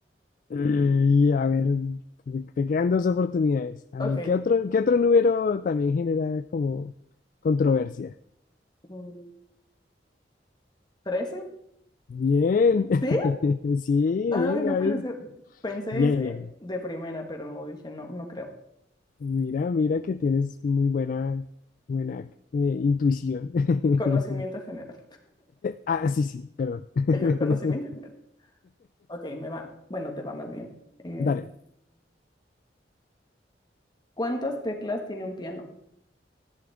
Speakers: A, on the left; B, on the left.
A: Y a ver, te, te quedan dos oportunidades. A
B: Ok.
A: ver, ¿qué otro, qué otro número también genera como controversia?
B: mm, ¿Trece?
A: Bien, <laughs>
B: ¿Sí?
A: sí,
B: Ay,
A: bien,
B: no
A: Gaby.
B: puede ser. Pensé
A: Bien,
B: ese
A: bien.
B: de primera, pero dije, no, no creo.
A: Mira, mira que tienes muy buena, buena eh, intuición. <laughs>
B: Conocimiento general.
A: Ah, sí, sí, perdón. <laughs>
B: Ay, yo, Conocimiento general. Ok, me va. Bueno, te va más bien. Este,
A: Dale.
B: ¿Cuántas teclas tiene un piano?